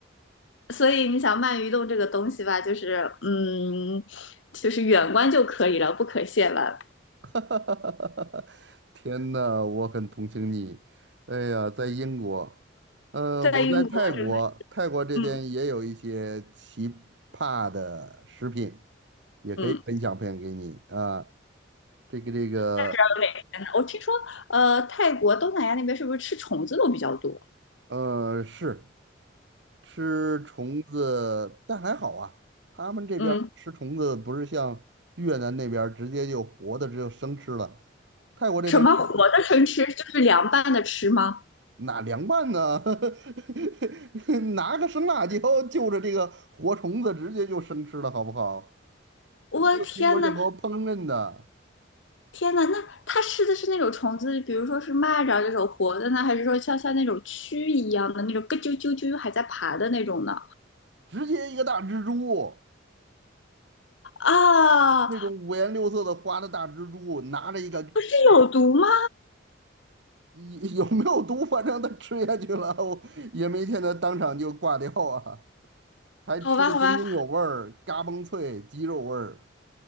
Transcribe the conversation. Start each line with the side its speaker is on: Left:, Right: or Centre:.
Left: 所以你想鳗鱼冻这个东西吧，就是嗯，就是远观就可以了，不可亵玩。
Right: <laughs> 天呐，我很同情你。哎呀，在英国，呃，
Left: 在英国真的，
Right: 我在泰国，泰国这边也有一些奇葩的食品，
Left: 嗯
Right: 也可以分享分享给你啊。
Left: 嗯，
Right: 这个这个，
Left: 那不知道有点天呢我听说，呃，泰国、东南亚那边是不是吃虫子都比较多？
Right: 呃，是。吃虫子，但还好啊，他们这边儿吃虫子不是像越南那边儿直接就活的，
Left: 嗯，
Right: 只有生吃了。泰国这边吃
Left: 什么活的生吃，就是凉拌的吃吗？
Right: 哪凉拌呢？<laughs> 拿个生辣椒就着这个活虫子直接就生吃了，好不好？
Left: 我天呐，
Right: 没有经过任何烹饪的，
Left: 天呐，那它吃的是那种虫子，比如说是蚂蚱这种活的呢，还是说像像那种蛆一样的那种咯啾啾啾还在爬的那种呢？
Right: 直接一个大蜘蛛，
Left: 啊，
Right: 那种五颜六色的花的大蜘蛛，拿着一个。
Left: 不是有毒吗？
Right: 有有没有毒？反正它吃下去了，我也没见它当场就挂掉啊。还吃的津津有味儿，
Left: 好吧，好吧，
Right: 嘎嘣脆，鸡肉味儿，